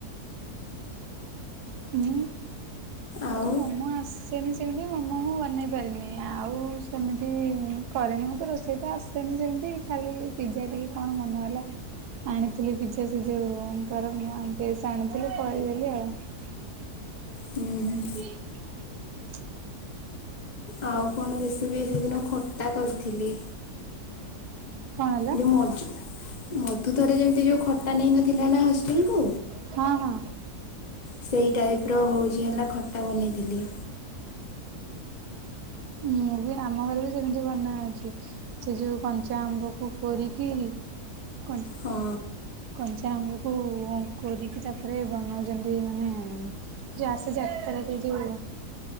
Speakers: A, on the right; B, on the left.
A: ହୁଁ। କିନ୍ତୁ
B: ଆଉ
A: ମୋମୋ ଆସ ସେନି ସେମିତି ମୋମୋ ମୁଁ ବନେଇ ପାରେନି ଆଉ ସେମିତି କରେନି ମୋତେ ରୋଷେଇ ତ ଆସେନି ସେମିତି ଖାଲି ପିଜା ଟିକେ କଣ ମନ ହେଲା ଆଣିଥିଲି ପିଜା ସେ ଯେଉଁ ତର ବେଷ ଆଣିଥିଲି କରିଦେଲି ଆଉ। <inaudible>
B: ହୁଁ
A: <unintelligible>
B: ହୁଁ ଆଉ କଣ ରେସିପି ସେଦିନ ଖଟା କରିଥିଲି।
A: କଣ ହେଲା
B: ଯେ ମଜ ମଧୁ ଥରେ ଯେମିତି ଯୋଉ ଖଟା ନେଇନଥିଲା ନା ହଷ୍ଟେଲ କୁ।
A: ହଁ ହଁ।
B: ସେଇ ଟାଇପ ର ହଉଛି ହେଲା ଖଟା ବନେଇଥିଲି।
A: ମୁଁ ବି ଆମ ଘରେ ବି ସେମିତି ବନା ଅଛି ସେ ଯୋଉ କଞ୍ଚା ଆମ୍ବ କୁ କୋରିକି କନ
B: ହଁ
A: କଞ୍ଚା ସେ ଆମକୁ କୋରି କି ତାପରେ ବନୋଉ ଚନ୍ତି ମାନେ ଯୋଉ ଆସେ ଯାତ୍ରାରେ ଯୋଉ